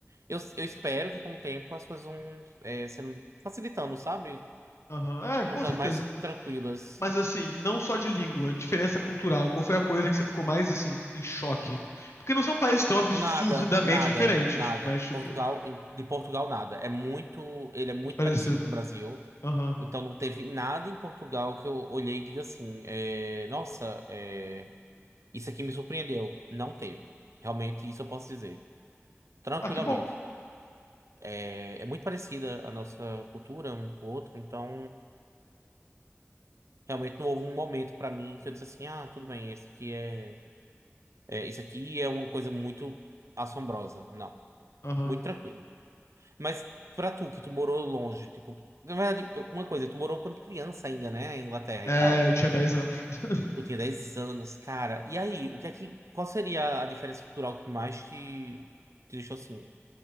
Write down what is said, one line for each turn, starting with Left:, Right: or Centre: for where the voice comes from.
Right: Eu, eu espero que com o tempo as coisas vão é, sendo facilitando, sabe?
Left: aham, é, com
Right: Vão ficando
Left: certeza.
Right: mais tranquilas.
Left: Mas assim, não só de língua, diferença cultural. Qual foi a coisa que você ficou mais assim em choque? Porque não são países tão absurdamente
Right: Nada, nada,
Left: diferentes,
Right: nada.
Left: mas tipo,
Right: Portugal, de Portugal, nada. É muito, ele é muito
Left: muito parecido.
Right: parecido com o Brasil.
Left: Aham.
Right: Então não teve nada em Portugal que eu olhei e diga assim, é, nossa, é, isso aqui me surpreendeu. Não teve. Realmente isso eu posso dizer. Tranquilamente.
Left: Ah, que bom.
Right: É, é muito parecida a nossa cultura um pro outro, então Realmente não houve um momento pra mim que eu disse assim, ah, tudo bem, esse aqui é, é isso aqui é uma coisa muito assombrosa. Não,
Left: Aham.
Right: muito tranquilo. Mas pra tu que tu morou longe, tipo, na verdade, eu- uma coisa, tu morou quando criança ainda, né, em Inglaterra
Left: É,
Right: e tal.
Left: eu tinha dez anos. <laughs>
Right: Tu tinha 10 anos, cara. E aí, o que é que qual seria a diferença cultural que mais te, te deixou assim?